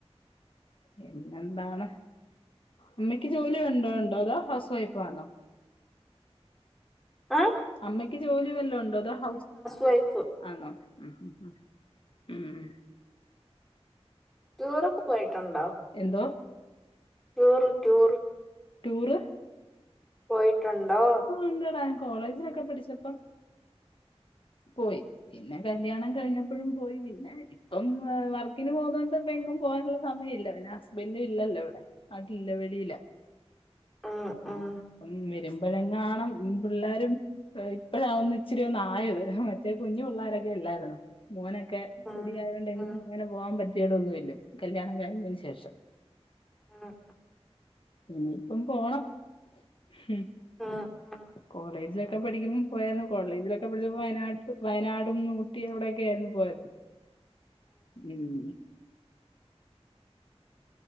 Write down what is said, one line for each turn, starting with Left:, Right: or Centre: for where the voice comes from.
Left: പിന്നെന്താണ്? അമ്മക്ക് ജോലിയുണ്ടോ ഉണ്ടോ അതോ ഹൗസ് വൈഫാന്നോ?
Centre: ഏഹ്?
Left: അമ്മയ്ക്ക് ജോലി വല്ലോം ഉണ്ടോ? അതോ ഹൗസ്
Centre: വൈഫ്
Left: ആന്നോ? ഉം ഉം ഉം ഉംഹ്
Centre: ടൂറൊക്കെ പോയിട്ടുണ്ടോ?
Left: എന്തോ?
Centre: ടൂറ് ടൂറ്
Left: ടൂറ്
Centre: പോയിട്ടുണ്ടോ
Left: ഉണ്ടട ഞാൻ കോളേജിലൊക്കെ പഠിച്ചപ്പം പോയി പിന്നെ കല്യാണം കഴിഞ്ഞപ്പൊഴും പോയി പിന്നെ ഇപ്പം വർക്കിന് പോകുന്നോണ്ട് ഇപ്പ എങ്ങും പോവാനുള്ള സമയം ഇല്ല പിന്നെ ഹസ്ബൻഡും ഇല്ലല്ലോ ഇവിടെ നാട്ടിലില്ല വെളീല.
Centre: ഉം
Left: ആഹ്
Centre: ഉം
Left: ഇപ്പം വെ ഇപ്പഴെങ്ങാണും പിള്ളാരും ഇപ്പഴാ ഒന്ന് ഇച്ചിരി ഒന്നായത് മറ്റേ കുഞ്ഞു പിള്ളോരൊക്കെ അല്ലായിരുന്നൊ മോനൊക്കെ
Centre: ഉം
Left: പൊടി ആയോണ്ട് എങ്ങും
Centre: ഉം
Left: അങ്ങനെ പോകാൻ പറ്റിയതൊന്നുല്ല കല്യാണം കഴിഞ്ഞതിന് ശേഷം
Centre: ഉം
Left: ഇനിപ്പം പോണം ഹും
Centre: ആഹ്
Left: കോളേജിലൊക്കെ പഠിക്കുമ്പോം പോയാല് കോളേജിലൊക്കെ പഠിച്ചപ്പോ വയനാട്ട് വയനാടും ഊ ട്ടി അവിടടൊക്കെ ആയിരുന്നു പോയത് ഉം